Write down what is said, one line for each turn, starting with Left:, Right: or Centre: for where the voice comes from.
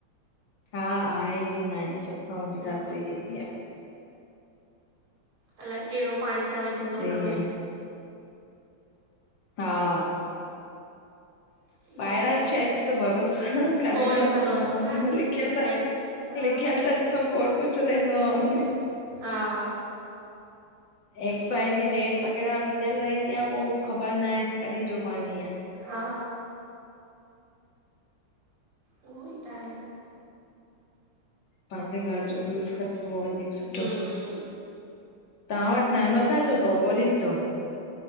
Left: हा, आहे की न आहे? सभ खां वॾी
Right: हा
Left: ॻाल्ह त इीअ बि आ।
Right: अलाए, केड़ो पाणी था विझन
Left: सही
Right: हुनमें?
Left: आ, हा
Right: इहो
Left: बाहिरां
Right: बि
Left: जी
Right: आहे
Left: शए
Right: न
Left: ते त भरोसो करे
Right: कोई
Left: न
Right: भरोसो
Left: सघंदो आ माण्हू
Right: कान्हे
Left: लिखियल
Right: किथे
Left: त
Right: बि हा
Left: लिखियल त ॾिसो खोड़ कुछ रहंदो आ हुनमें।
Right: हा हा
Left: एक्सपायरी डेट वग़ैरह विधियल रहंदी आ पो ख़बर नाहे कॾहिं जो पाणी आ।
Right: हा उहो ही त आहे न
Left: पांजे घर जो यूस कंदो उहो वधीक सुठो।
Right: हम्म
Left: तव्हां वट नर्मदा जो तव बोरिंग तव?